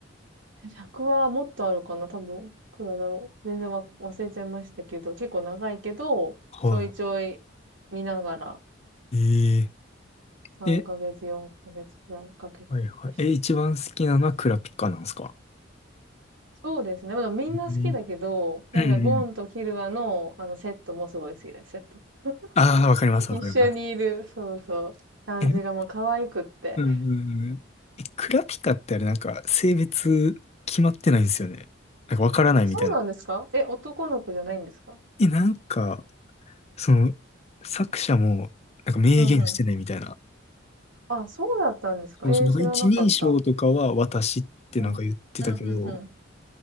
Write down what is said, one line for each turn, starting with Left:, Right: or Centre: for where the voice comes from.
Right: え100はもっとあるかな多分、いくらだろう。全然わ忘れちゃいましたけど、結構長いけど、
Left: は
Right: ちょいちょい見ながら、
Left: い。ええ
Right: 3ヶ月、
Left: え、
Right: 4ヶ月くらいかけてました。
Left: はいはい。え、一番好きなのはクラピカなんですか
Right: そうですね。まあ、みんな好きだけど、
Left: うん
Right: なんかゴンとキルアのあのセットもすごい好きです、
Left: うんうん。
Right: セット。
Left: ああ、わかります、
Right: <laughs> 一緒にいる、
Left: わかります。
Right: そうそう、感じがもう可愛くって。
Left: え、うんうんうん。え、クラピカってあれなんか性別決まってないんですよね。なんかわからないみたいな。
Right: そうなんですかえ、男の子じゃないんですか
Left: え、なんか、その、作者もなんか明言してないみたいな。
Right: うんうん。あ、そうだったんですかえー、
Left: そうそう、なんか一人称とかは私ってなんか言ってたけど、
Right: 知らなかった。うん。うんうんう